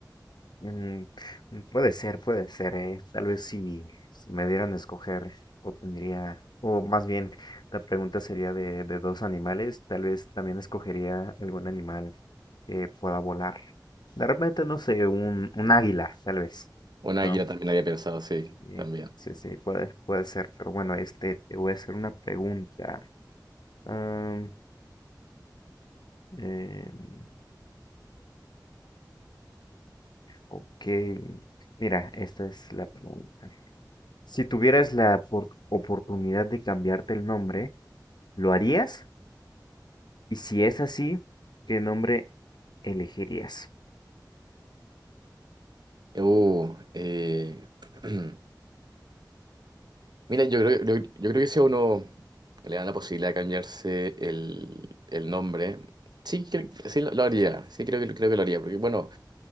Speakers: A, on the left; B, on the right.
A: Mm, mm, puede ser, puede ser, eh. Tal vez si, si me dieran a escoger, obtendría, o más bien, la pregunta sería de, de dos animales, tal vez también escogería algún animal que pueda volar. De repente, no sé, un, un águila, tal vez,
B: Una
A: ¿no?
B: águila también había pensado, sí,
A: Sí,
B: también.
A: sí, sí, puede, puede ser, pero bueno, este, te voy a hacer una pregunta. Am, em, ok, mira, esta es la pregunta. Si tuvieras la opor- oportunidad de cambiarte el nombre, ¿lo harías? Y si es así, ¿qué nombre elegirías?
B: Uh, eh, <clears throat> mira, yo creo, yo, yo creo que si a uno le dan la posibilidad de cambiarse el, el nombre, sí, cre- sí lo, lo haría, sí creo que, creo que lo haría, porque bueno,